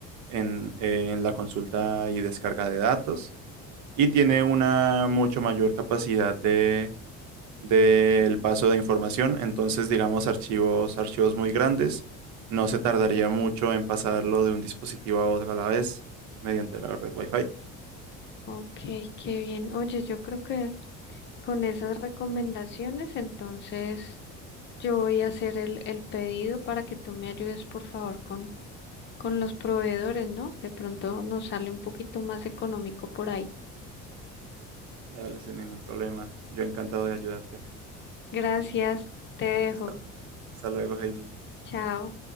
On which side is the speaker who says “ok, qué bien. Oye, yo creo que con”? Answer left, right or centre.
Left